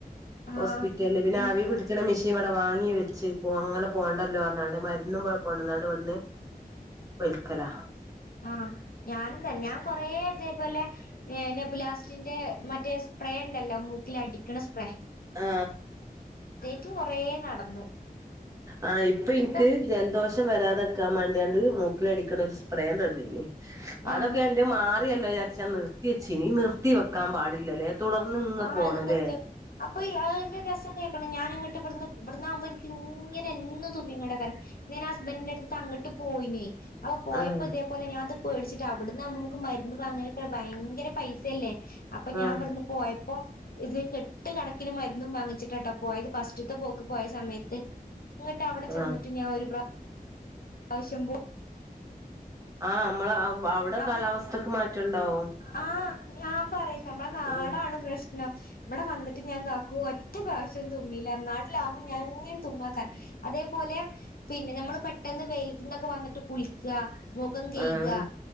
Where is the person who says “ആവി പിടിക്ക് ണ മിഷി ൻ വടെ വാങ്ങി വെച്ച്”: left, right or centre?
Right